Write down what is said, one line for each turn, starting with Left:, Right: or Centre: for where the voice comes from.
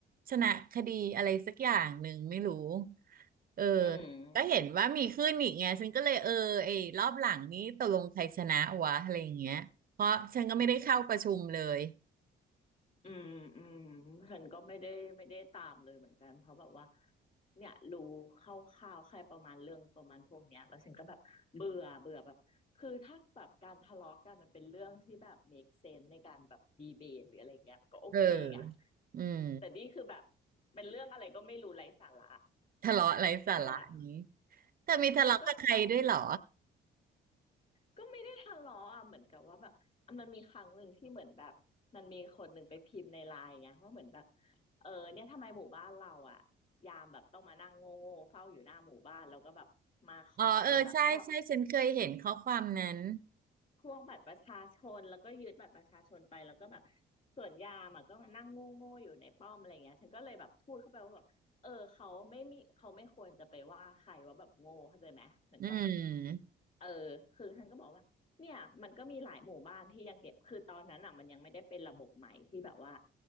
Right: ชนะคดีอะไรสักอย่างหนึ่งไม่รู้เออ
Left: อืม
Right: ก็เห็นว่ามีขึ้นอีกไงฉันก็เลยเออไอ้รอบหลังนี้ตกลงใครชนะวะอะไรอย่างเงี้ยเพราะฉันก็ไม่ได้เข้าประชุมเลย
Left: อืมอืมฉันก็ไม่ได้ไม่ได้ตามเลยเหมือนกันเพราะแบบว่าเนี่ยรู้คร่าวๆแค่ประมาณเรื่องประมาณพวกเนี้ยแล้วฉันก็แบบเบื่อเบื่อแบบคือถ้าแบบการทะเลาะกันมันเป็นเรื่องที่แบบ make sense ในการแบบดีเบตหรืออะไรเงี้ยมันก็โอเคอะ
Right: เอออืม
Left: แต่นี่คือแบบเป็นเรื่องอะไรก็ไม่รู้ไร้สาระ
Right: ทะเลาะไร้สาระนี้
Left: ที่แบบ
Right: เธอมีทะเลาะกับใครด้วยเหรอ
Left: มันก็ ก็ไม่ได้ทะเลาะอ่ะเหมือนกับว่าแบบอ่ะมันมีครั้งหนึ่งที่เหมือนแบบมันมีคนหนึ่งไปพิมพ์ในไลน์ไงว่าเหมือนแบบเออเนี่ยทำไมหมู่บ้านเราอ่ะยามแบบต้องมานั่งโง่โง่เฝ้าอยู่หน้าหมู่บ้านแล้วก็แบบมาขอเป็นแบบพวก
Right: อ๋อเออใช่ใช่ฉันเคยเห็นข้อความนั้น
Left: พวกบัตรประชาชนแล้วก็ยึดบัตรประชาชนไปแล้วก็แบบส่วนยามอ่ะก็มานั่งโง่โง่อยู่ในป้อมอะไรเงี้ยฉันก็เลยแบบพูดเข้าไปว่าแบบเออเขาไม่มีเขาไม่ควรจะไปว่าใครว่าแบบโง่เข้าใจไหมเหมือนแบบ
Right: อืม
Left: เออคือท่านก็บอกว่าเนี่ยมันก็มีหลายหมู่บ้านที่ยังเก็บคือตอนนั้นอ่ะมันยังไม่ได้เป็นระบบใหม่ที่แบบว่า